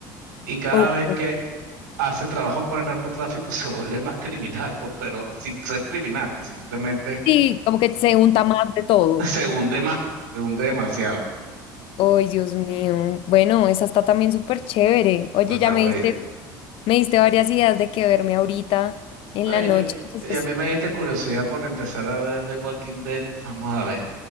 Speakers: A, on the right; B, on the left.
A: Y cada
B: Ok.
A: vez que hace trabajo para el narcotráfico <laughs> se vuelve más criminal, por, pero sin ser criminal, simplemente
B: Sí, como que se unta más de todo.
A: <laughs> se hunde más, se hunde demasiado.
B: Ay, Dios mío. Bueno, esa está también súper chévere. Oye,
A: No está
B: ya me
A: buenísimo.
B: diste, me diste varias ideas de qué verme ahorita en
A: Ay,
B: la noche.
A: yo,
B: Entonces,
A: y a mí me diste curiosidad por empezar a ver The Walking Dead. Vamos a ver